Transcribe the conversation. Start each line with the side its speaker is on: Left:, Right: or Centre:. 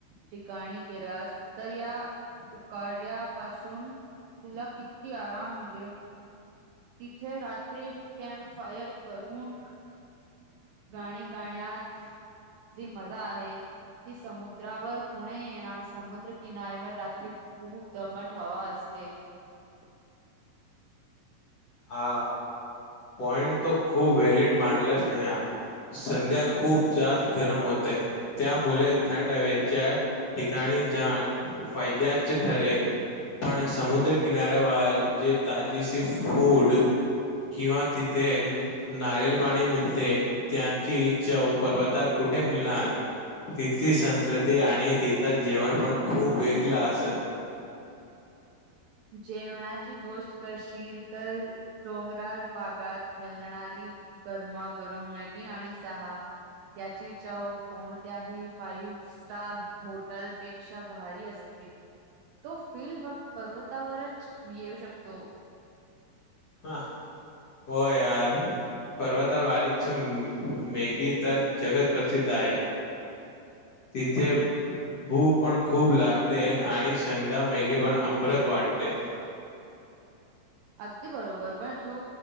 Right: ठिकाणी गेलास तर या उकाड्या पाासून तुला किती आराम मिळेल तिथे रात्री कॅम्प फायर करून गाणी गाण्यात जी मजा आहे ती समुद्रावर कुणी येणार समुद्र किनारी्यावर रात्री खूप दमट हवा असते ते
Left: हा पॉइंट तो खूप व्हॅलिड मारलाच नाही ह संध्या खूप जास्त गरम होतय त्यामुळे थंड हवेच्या ठिकाणी जाण फायद्याच ठरेल पण समुद्रकिनाऱ्यावर जे ताजी स फूड किंवा तिथे नारल पाणी मिळते त्याची चव पर्वतार कुठे मिळणार तिथली संस्कृती आणि तिथल जेवण पण खूप वेगळ असल
Right: जेवणाची गोष्ट करशील तर डोंगरा बाग ात मिळणारी गरमागरम मॅगी आणि सहा त्याची चवक कोणत्याही फाईव्ह स्टार होटलपेक्षा भारी असते तो फीलल् वक् पर्वतावरच येऊ शकतो
Left: हा हो यर पर्वता वारीच मेगी तर जगत प्रसिद्ध आहे तिथे भूक पण खूप लागते आणि संधा मेगी पण अमृत वाटते
Right: <inaudible> <unintelligible> अगदी बरोबर बण तू